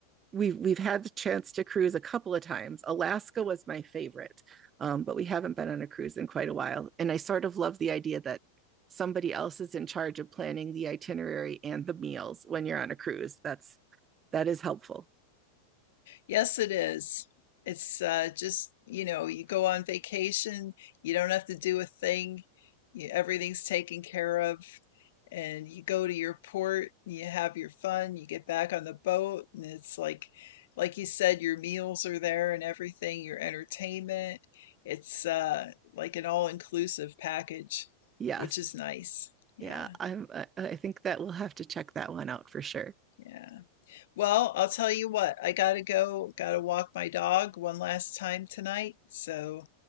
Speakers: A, on the right (about 25°); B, on the left (about 55°).
A: we've we've had the chance to cruise a couple of times. Alaska was my favorite, um, but we haven't been on a cruise in quite a while. And I sort of love the idea that somebody else is in charge of planning the itinerary and the meals when you're on a cruise. That's that is helpful.
B: Yes, it is. It's uh, just, you know, you go on vacation, you don't have to do a thing, you, everything's taken care of. and you go to your port, you have your fun, you get back on the boat, and it's like, like you said, your meals are there and everything, your entertainment. It's uh, like an all-inclusive package,
A: Yes,
B: which is nice. Yeah,
A: yeah, I'm. I I think that we'll have to check that one out for sure.
B: yeah. Well, I'll tell you what, I gotta go, gotta walk my dog one last time tonight. So